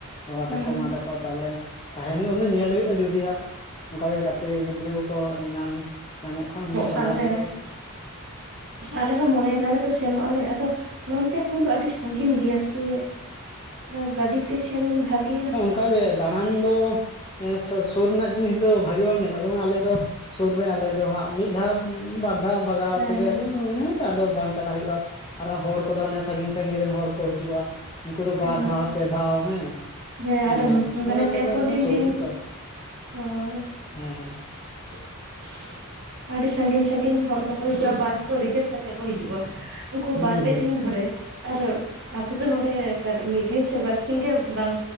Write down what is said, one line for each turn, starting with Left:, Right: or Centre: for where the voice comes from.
Left: ᱵᱟᱵᱟ
Right: ᱦᱩᱸ
Left: ᱛᱟᱠᱚ ᱢᱟ ᱛᱟᱠᱚ ᱛᱟᱦᱚᱞᱮ ᱛᱟᱸᱦᱮᱱ ᱩᱱ ᱫᱚ ᱧᱮᱞ ᱦᱩᱭᱩᱜᱼᱟ ᱡᱩᱫᱤ ᱦᱟᱸᱜ ᱚᱝᱠᱟ ᱜᱮ ᱜᱟᱛᱮ ᱜᱤᱫᱽᱨᱟᱹ ᱠᱚᱠᱚ ᱧᱟᱢ, ᱧᱟᱢᱚᱜ ᱠᱷᱟᱱ ᱩᱱᱫᱚ ᱪᱟᱞᱟᱜ
Right: ᱛᱟᱞᱦᱮ ᱦᱮᱸ,
Left: ᱦᱩᱭᱩᱜᱼᱟ
Right: ᱟᱞᱮ ᱦᱚᱸ ᱢᱚᱱᱮᱭ ᱫᱟᱞᱮ ᱛᱚ ᱥᱮᱱᱚᱜ-ᱟ ᱞᱮ, ᱟᱫᱚ ᱱᱚᱱᱛᱮ ᱠᱷᱚᱱ ᱫᱚ ᱟᱹᱰᱤ ᱥᱟᱺᱜᱤᱱ ᱜᱮᱭᱟ ᱥᱮ ᱟᱫᱚ ᱜᱟᱹᱰᱤᱛᱮ ᱥᱮᱱ ᱵᱷᱟᱜᱮᱭᱟ
Left: ᱚᱝᱠᱟᱜ ᱜᱮ ᱫᱟᱬᱟᱱ ᱫᱚ ᱦᱮᱸ, ᱥᱩᱨ ᱨᱮᱱᱟᱜ ᱡᱤᱱᱤᱥ ᱫᱚ ᱵᱷᱟᱜᱮ ᱵᱟᱝ ᱧᱮᱞᱚᱜᱼᱟ ᱡᱮᱢᱚᱱ ᱟᱞᱮ ᱫᱚ ᱥᱩᱨ ᱨᱮ ᱟᱞᱮ ᱫᱚ ᱦᱟᱸᱜ ᱢᱤᱫ ᱫᱷᱟᱣ ᱵᱟᱨ ᱫᱷᱟᱣ ᱵᱟᱜᱟᱣ
Right: ᱦᱮᱸ
Left: ᱛᱮᱜᱮ ᱟᱫᱚ ᱚᱱᱮ ᱟᱫᱚ ᱵᱟᱝ ᱪᱟᱞᱟᱜ ᱦᱩᱭᱩᱜᱼᱟ ᱟᱨᱚ ᱦᱚᱲ ᱠᱚᱫᱚ ᱦᱟᱱᱮ ᱥᱟᱺᱜᱤᱧ ᱥᱟᱺᱜᱤᱧ ᱨᱮᱱ ᱦᱚᱲ ᱠᱚ ᱦᱤᱡᱩᱜᱼᱟ ᱩᱝᱠᱩ ᱫᱚ
Right: ᱦᱩᱸ
Left: ᱵᱟᱨ ᱫᱷᱟᱣ ᱯᱮ ᱫᱷᱟᱣ ᱦᱮᱸ
Right: ᱦᱮᱸ ᱟᱨ
Left: ᱧᱮᱞ ᱟᱫᱚ
Right: ᱢᱟᱱᱮ
Left: ᱟᱞᱮ
Right: ᱯᱮ
Left: ᱫᱚ‌
Right: ᱯᱩᱱ
Left: ᱚᱱᱮ
Right: ᱫᱤᱱ
Left: ᱥᱩᱨ
Right: ᱫᱤᱱ
Left: ᱨᱮᱛᱚ
Right: ᱦᱳᱭ
Left: ᱦᱮᱸ ᱦᱮᱸ
Right: <unintelligible> ᱟᱹᱰᱤ ᱥᱟᱺᱜᱤᱧ ᱥᱟᱺᱜᱤᱧ ᱦᱚᱲ ᱠᱚᱠᱚ ᱦᱤᱡᱩᱜᱼᱟ ᱵᱟᱥ ᱠᱚ ᱨᱤᱡᱟᱹᱵᱷ ᱠᱟᱛᱮ ᱠᱚ ᱦᱤᱡᱩᱜᱼᱟ ᱩᱝᱠᱩ
Left: ᱦᱩᱸ
Right: ᱵᱟᱨ
Left: ᱦᱩᱸ
Right: ᱯᱮ ᱫᱤᱱ ᱫᱷᱚᱨᱮ ᱛᱟᱦᱞᱮ‌ ᱟᱵᱚ ᱫᱚ ᱱᱚᱰᱮ ᱠᱟᱴ ᱢᱤᱫ ᱫᱤᱱ ᱥᱮ ᱵᱟᱨᱥᱤᱝ ᱜᱮ ᱵᱟᱝ